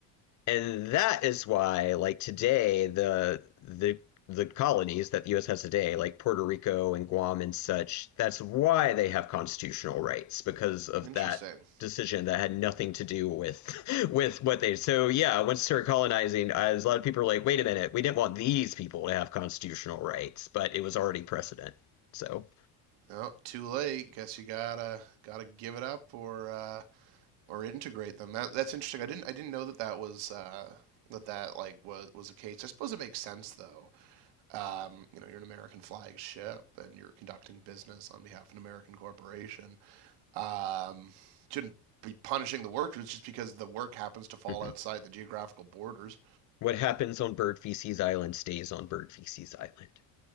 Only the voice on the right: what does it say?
Interesting.
Well, too late. Guess you gotta gotta give it up or uh, or integrate them. That that's interesting. I didn't I didn't know that that was uh, that that like was was the case. I suppose it makes sense though. Um, you know, you're an American flag ship and you're conducting business on behalf of an American corporation. Um, shouldn't be punishing the workers just because the work happens to fall
outside the geographical borders.